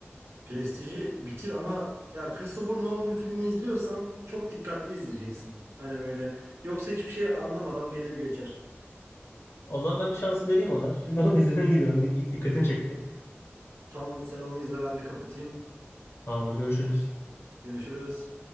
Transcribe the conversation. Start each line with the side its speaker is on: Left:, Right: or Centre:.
Right: Prestiji bitir ama ya Christopher Nolan filmini izliyorsan çok dikkatli izleyeceksin. Hani böyle yoksa hiçbir şey anlamadan gelir geçer.
Left: O zaman ben bir şans vereyim ona. Şimdi onu izlemeye gidiyorum. Dik- Dikkatimi çekti.
Right: Tamam sen onu izle ben de kapatayım.
Left: Tamamdır, görüşürüz.
Right: Görüşürüz.